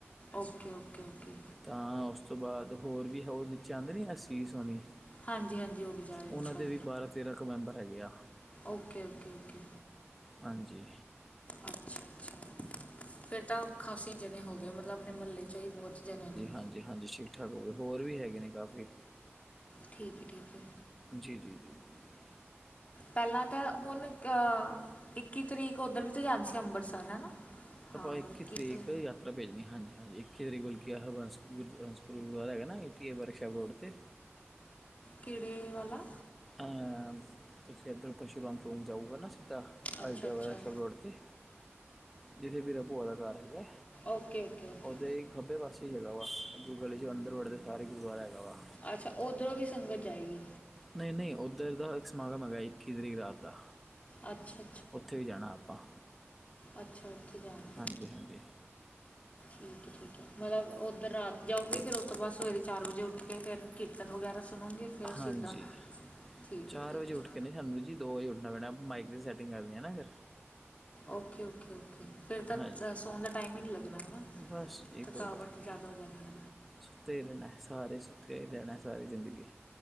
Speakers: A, on the left; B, in the centre.
A: ਓਕੇ, ਓਕੇ, ਓਕੇ।
B: ਤਾਂ ਉਸ ਤੋਂ ਬਾਅਦ ਹੋਰ ਵੀ ਹੋਰ ਨੀਚੇ ਆਂਦੇ ਨਈ ਅਸੀਂ ਤੀਸ ਹੋਣੀ,
A: ਹਾਂਜੀ ਹਾਂਜੀ ਉਹ ਵੀ ਜਾ ਰਹੇ
B: ਓਨਾਂ
A: ਅੱਛਾ
B: ਦੇ ਵੀ ਬਾਰਾਂ ਤੇਰਾਂ ਕੁ ਮੈਂਬਰ ਹੈਗੇ ਆ
A: ਓਕੇ, ਓਕੇ, ਓਕੇ।
B: ਹਾਂਜੀ।
A: ਅੱਛਾ-ਅੱਛਾ। ਫੇਰ ਤਾਂ ਖਾਸੀ ਜਣੇ ਹੋ ਗਏ, ਮਤਲਬ ਆਪਣੇ ਮਹੱਲੇ ਚੋਂ ਹੀ ਬੋਤ ਜਣੇ ਨੇ
B: ਹਾਂਜੀ-ਹਾਂਜੀ, ਠੀਕ। ਅੱਛਾ ਹੋਰ, ਹੋਰ ਵੀ ਹੈਗੇ ਨੇ ਕਾਫੀ
A: ਠੀਕ ਏ-ਠੀਕ ਏ।
B: ਜੀ-ਜੀ ਜੀ। ਜੀ।
A: ਪੇਲਾਂ ਤਾਂ ਹੁਣ ਅ--ਇੱਕੀ ਤਰੀਕ ਓਧਰ ਵੀ ਤਾਂ ਜਾਂਣਾ ਸੀ ਅੰਬਰਸਰ ਹੈ ਨਾ
B: ਆਪਾ
A: ਹਾਂ
B: ਇੱਕੀ ਤਰੀਕ
A: ਤੇ
B: ਯਾਤ- ਯਾਤਰਾ ਭੇਜਣੀ, ਹਾਂਜੀ-ਹਾਂਜੀ ਇੱਕੀ ਤਰੀਕ ਬਲਕੀ ਆਹਾ ਹਰਬੰਸੁਰ-ਹਰਬੰਸੁਰ ਗੁਰਦੁਆਰਾ ਹੈਗਾ ਨਾ ਏਕ ਹੀ ਵਰਕਸ਼ਾਪ ਰੋੜ ਤੇ
A: ਕੇੜੇ ਵਾਲਾ
B: ਆ--ਤੁਸੀਂ ਏਦਰ ਪਰਸ਼ੂਰਾਮ ਚੌਂਕ ਜਾਊਗਾ ਨਾ
A: ਅੱਛਾ
B: ਆਈਟੀਆ
A: ਅੱਛਾ
B: ਵਾਲਾ ਸ਼ੋ ਰੋਡ ਤੇ ਜਿੱਥੇ ਮੇਰੇ ਭੂਆ ਦਾ ਘਰ ਹੈਗਾ
A: ਓਕੇ-ਓਕੇ, ਓਕੇ।
B: ਉਹਦੇ ਖੱਬੇ ਪਾਸੇ ਹੀ ਹੈਗਾ ਵਾ, ਅੱਗੋ ਗਲੀ ਚ ਅੰਦਰ ਵੜਦੇ ਸਾਰ ਈ ਗੁਰਦੁਆਰਾ ਹੈਗਾ ਵਾ
A: ਅੱਛਾ ਓਦਰੋਂ ਵੀ ਸੰਗਤ ਜਾਏਗੀ।
B: ਨਈ-ਨਈ ਓਧਰ ਦਾ ਇੱਕ ਸਮਾਗਮ ਹੈਗਾ, ਇੱਕੀ ਤਰੀਕ ਰਾਤ ਦਾ
A: ਅੱਛਾ
B: ਓਥੇ ਵੀ ਜਾਣਾ ਆਪਾ।
A: ਅੱਛਾ-ਓਥੇ ਜਾਨ੍ਹਾਂ।
B: ਹਾਂਜੀ-ਹਾਂਜੀ।
A: ਠੀਕ ਏ, ਠੀਕ ਏ। ਮਤਲਬ ਓਧਰ ਰਾਤ ਜਾਓਗੇ, ਫੇਰ ਓਸ ਤੋਂ ਬਾਅਦ ਸਵੇਰੇ ਚਾਰ ਵਜੇ ਉੱਠ ਕੇ ਫੇਰ ਕੀਰਤਨ ਵਗੈਰਾ ਸੁਣੋਗੇ। ਫਿਰ
B: ਹਾਂਜੀ,
A: ਸਿੱਧਾ ਠੀਕ
B: ਚਾਰ
A: ਹੈ ਠੀਕ
B: ਵਜੇ
A: ਹੈ
B: ਉੱਠ ਕੇ ਨਈ ਸਾਨੂੰ ਜੀ ਦੋ ਵਜੇ ਓਠਣਾ ਪੈਣਾ, ਮਾਈਕ ਦੀ ਸੈਟਿੰਗ ਕਰਦੇ ਹੈ ਨਾ, ਫੇਰ
A: ਓਕੇ-ਓਕੇ, ਓਕੇ। ਫਿਰ ਤਾਂ
B: ਹਾਂਜੀ
A: ਸੌਣ ਦਾ ਟਾਈਮ ਈ ਨਈ ਲੱਗਣਾ ਹੈਨਾ,
B: ਬਸ ਜੀ
A: ਥਕਾਵਟ
B: ਕੋਈ ਗੱਲ ਨਹੀਂ
A: ਜ਼ਾਦਾ ਹੋ ਜਾਣੀ ਏ।
B: ਸੁੱਤੇ ਈ ਰੈਣਾ, ਸਾਰੇ ਸੁੱਤੇ ਈ ਰੈਣਾ, ਸਾਰੀ ਜ਼ਿੰਦਗੀ।